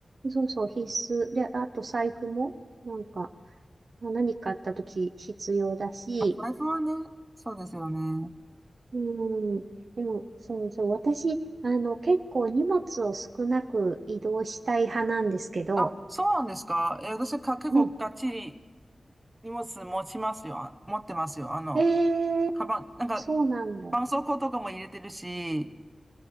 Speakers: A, on the right; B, on the right.
A: そうそう、必須。で、あと財布も、なんか、まあ何かあった時必要だし、
B: 財布はね、そうですよね。
A: うん。でも、そうそう、私、あの、結構荷物を少なく移動したい派なんですけど、
B: あ、そうなんですか。いや、私はか結構がっちり
A: うん。
B: 荷物持ちますよ。あ持ってますよ。あの、
A: えー、
B: カバン、なんか、
A: そうなんだ。
B: 絆創膏とかも入れてるし、